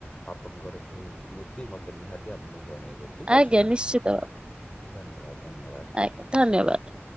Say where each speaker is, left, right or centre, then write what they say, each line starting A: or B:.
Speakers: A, on the left; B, on the right.
A: ଆପଣଙ୍କର ଯୋଉ ସ୍ମୃତି ମତେ ନିହାତି ଆପଣ ଜଣେଇବେ ଠିକ
B: ଆଜ୍ଞା
A: ଅଛି, ନା?
B: ନିଶ୍ଚିତ ଭାବେ
A: ଧନ୍ୟବାଦ। ଧନ୍ୟବାଦ।
B: ଆଜ୍ଞା, ଧନ୍ୟବାଦ।